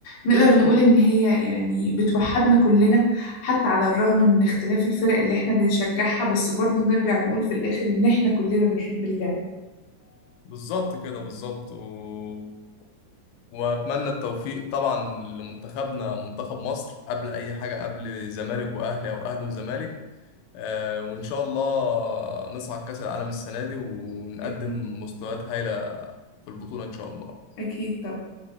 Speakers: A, on the left; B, on the left.
A: نقدر نقول إن هي يعني بتوحدنا كلنا حتى على الرغم من اختلاف الفرق اللي إحنا بنشجعها بس برضو نرجع ونقول في الآخر إن إحنا كلنا بنحب اللعبة
B: بالظبط كده بالظبط و... واتمنى التوفيق طبعا لمنتخبنا منتخب مصر قبل اي حاجه قبل زمالك واهلي او اهلي وزمالك آه، وان شاء الله نصعد كاس العالم السنه دي ونقدم
A: أكيد
B: مستويات هايله في البطوله ان شاء الله
A: أكيد طبعا